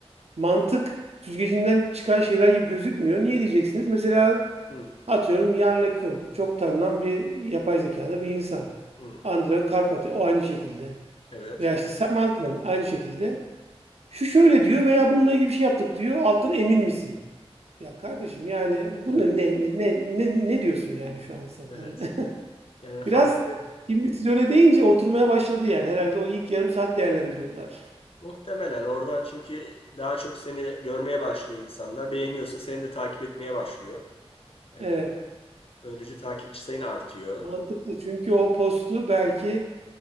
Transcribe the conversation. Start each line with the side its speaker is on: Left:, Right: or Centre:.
Right: mantık süzgecinden çıkan şeyler gibi gözükmüyor. Niye diyeceksiniz? Mesela
Left: Hı,
Right: atıyorum Yann Le Kun. Çok tanınan bir yapay zekada bir insan.
Left: hı,
Right: Andrei Karpathy o aynı şekilde.
Left: evet,
Right: Veya işte Sam Altman aynı şekilde. Şu şöyle diyor veya bununla ilgili bir şey yaptık diyor. Alttan emin misin? Ya kardeşim yani bunu
Left: evet,
Right: ne ne ne ne, ne diyorsun yani şu an sen
Left: evet.
Right: hani <laughs>
Left: Yani farklı.
Right: Biraz şimdi siz öyle deyince oturmaya başladı yani. Herhalde o ilk yarım saat değerlendiriyorlar.
Left: Muhtemelen oradan çünkü daha çok seni görmeye başlıyor insanlar. Beğeniyorsa seni de takip etmeye başlıyor. Ee,
Right: Evet.
Left: böylece takipçi sayın artıyor.
Right: Mantıklı. Çünkü o postu belki